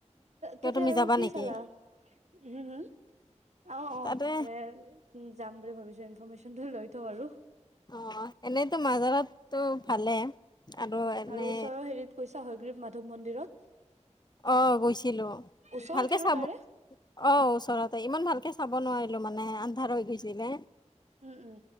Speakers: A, on the left (about 35°); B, on the right (about 70°).
A: কিয়
B: তাতে
A: তুমি
B: আৰু
A: যাবা
B: কি
A: নেকি
B: চালা হম হম অ অ
A: তাতে
B: মানে যাম <unintelligible> ভাবিছো, ইনফৰমেশ্যনটোই লৈ থওঁ আৰু।
A: অ এনে মাজাৰাতটো ভালেই, আৰু
B: উম,
A: এনে।
B: ওচৰৰ হেৰিত গৈছা হয়গ্ৰীব মাধৱ মন্দিৰত
A: অ গৈছে কিলো
B: ওচৰত
A: ভালকে
B: জানো
A: চাব
B: তাৰে?
A: অ ওচৰতে ইমান ভালকে চাব নোৱাৰিলো মানে আন্ধাৰ হৈ গৈছিলে
B: উম উম